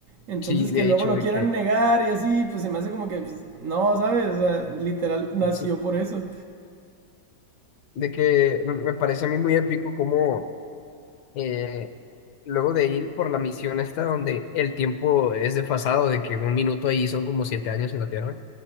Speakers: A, on the right; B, on the left.
A: Entonces
B: sí,
A: que
B: de
A: luego
B: hecho,
A: lo
B: de
A: quieran
B: que
A: negar y así, pues se me hace como que, pues, no, ¿sabes? O sea, literal nació
B: Sí,
A: por eso.
B: de que me me parece a mí muy épico como eh, luego de ir por la misión esta donde el tiempo es desfasado, de que un minuto ahí son como siete años en la Tierra,